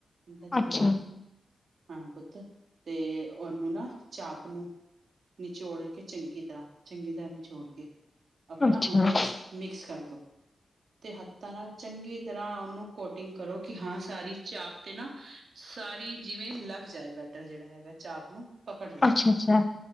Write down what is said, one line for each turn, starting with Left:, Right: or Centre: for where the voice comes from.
Right: ਅੱਧਾ ਚਮਚ।
Left: ਅੱਛਾ,
Right: ਹਾਂ ਪੁੁੱਤ ਤੇ ਉਹਨੂੰ ਨਾ ਚਾਪ ਨੂੰ ਨਿਚੋੜ ਕੇ ਚੰਗੀ ਤਰ੍ਹਾਂ, ਚੰਗੀ ਤਰ੍ਹਾਂ ਨਿਚੋੜ ਕੇ ਆਪਣਾ
Left: ਅੱਛਾ,
Right: ਓਹਦੇ
Left: ਅੱਛਾ,
Right: ਚ ਮਿਕਸ ਕਰਦੋ, ਤੇ ਹੱਥਾਂ ਨਾਲ ਚੰਗੀ ਤਰ੍ਹਾਂ ਉਹਨੂੰ ਕੋਟਿੰਗ ਕਰੋ, ਕਿ ਹਾਂ ਸਾਰੀ ਚਾਪ ਤੇ ਨਾ ਸਾਰੀ ਜਿਵੇਂ ਲੱਗ ਜਾਏ ਬੈਟਰ ਹੈਗਾ ਜਿਹੜਾ ਚਾਪ ਨੂੰ ਪਕੜ ਲਏ,
Left: ਅੱਛਾ, ਅੱਛਾ, ਅੱਛਾ,